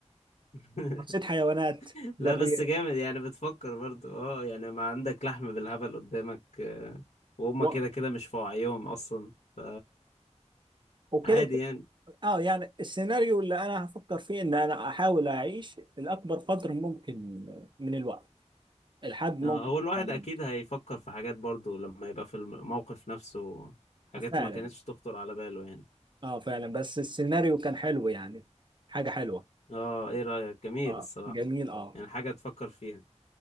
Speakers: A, on the left (about 80°); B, on the right (about 40°).
A: <laughs>
B: حصيت حيوانات برية
A: لا بس جامد يعني بتفكر برضو اه يعني ما عندك لحم بالهبل قدامك آه، وهم
B: و-
A: كده كده مش في وعيهم اصلا ف
B: وكده
A: عادي يعني
B: اه يعني السيناريو اللي انا هفكر فيه ان انا احاول اعيش لاكبر قدر ممكن من الوقت لحد ممكن
A: آه، هو الواحد
B: أكتر من-
A: اكيد هيفكر في حاجات برضو لما يبقى في الموقف نفسه حاجات
B: فعلا
A: ما كانتش تخطر على باله يعني
B: اه فعلا بس السيناريو كان حلو يعني حاجة حلوة
A: اه ايه رأيك جميل
B: اه
A: الصراحة
B: جميل اه
A: يعني حاجة تفكر فيها